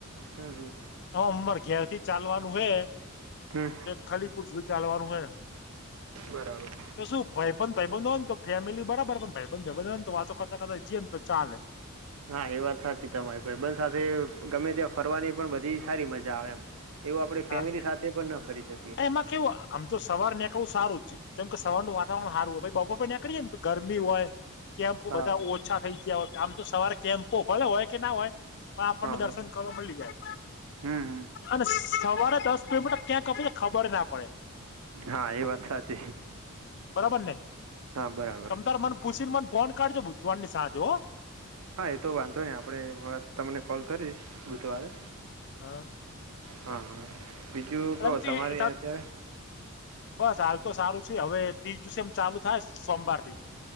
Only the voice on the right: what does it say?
હમ, હમ.
હમ
બરાબર
હા એ વાત સાચી તમારી ભાઇબંધ સાથે ગમે ત્યાં ફરવાની પણ બધી સારી મજા આવે એમ એવું આપણેે
ફેમિલી સાથે પણ ના ફરી શકીએ
હા
હા
હા
હા
હમ હમ
હા એ વાત સાચી
હા બરાબર
હા એ તો વાંધો નહી આપણે તમને કોલ કરીશ બુધવારે
હા હા બીજું કહો
તમારી અત્યારે